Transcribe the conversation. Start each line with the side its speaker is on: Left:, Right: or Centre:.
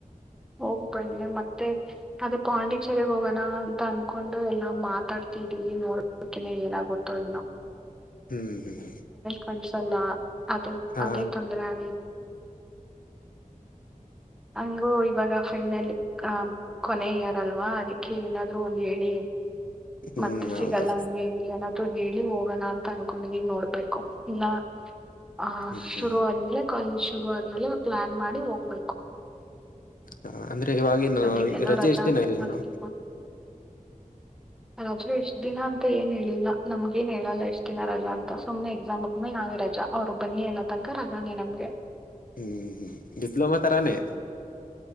Centre: ಹೋಗ್ಬೆ ಮತ್ತೆ ಅದ ಪಾಂಡಿಚೆರಿಗ್ ಹೋಗೋಣ ಅಂತ ಅನ್ಕೊಂಡು ಎಲ್ಲಾ ಮಾತಾಡ್ತಿದೀವಿ ಈ ನೋಡ್ಬೇಕಿನ್ನ್ ಏನಾಗುತ್ತೋ ಎನ್ನೋ
Left: ಹ್ಮ್ ಹ್ಮ್
Centre: ಕಳ್ಸಲ್ಲ ಅದೇ
Left: ಹಾ
Centre: ಅದೇ ತೊಂದ್ರೆ ಆಗಿದೆ ಹಂಗು ಇವಾಗ ಫೈನಲ್ಲಿ ಆ ಕೊನೆೆಇಯರಲ್ವಾ ಅದಿಕ್ಕೆ ಏನಾದ್ರು ಒಂದ್ ಹೇಳಿ
Left: ಹ್ಮ್
Centre: ಮತ್ತೆ ಸಿಗಲ್ಲ
Left: ಹೌದು
Centre: ಹಂಗೆ ಹೆಂಗ ಏನ ಹೇಳಿ ಹೋಗೋಣ ಅಂತ ಅನ್ಕೊಂಡಿ ನೋಡ್ಬೇಕು ಇಲ್ಲ ಆಹ
Left: ಹ್ಮ್
Centre: ಶುರು
Left: ಹ್ಮ್
Centre: ಆದ್ಮೇಲೆ ಶುರು ಆದ್ಮೇಲೆ ಪ್ಲಾನ್ ಮಾಡಿ ಹೋಗ್ಬೇಕು
Left: ಹ ಅಂದ್ರೆ ಇವವಾಗಿನು
Centre: ಸದ್ಯಕ್ಕೆಲ್ಲ
Left: ರಜೆ
Centre: ರಜಾ
Left: ಎಷ್ಟಿದಿನಾ
Centre: ಅಂತ
Left: ಇನ್ನು
Centre: ನನಗೆ ರಜಾ ಎಷ್ಟ್ ದಿನ ಅಂತ ಏನ್ ಹೇಳಿಲ್ಲ ನಮ್ಗ ಏನ್ ಹೇಳಲ್ಲ ಎಷ್ಟ್ ದಿನ ರಜಾ ಅಂತ ಸುಮ್ನೆ ಎಕ್ಸಾಮ್ ಆದ್ಮೇಲೆ ನಾವೇ ರಜಾ ಅವ್ರು ಬನ್ನಿ <unintelligible> ನಮ್ಗೆ
Left: ಹ್ಮ್ ಹ್ಮ ಡಿಪ್ಲೋಮಾ ತರಾನೆ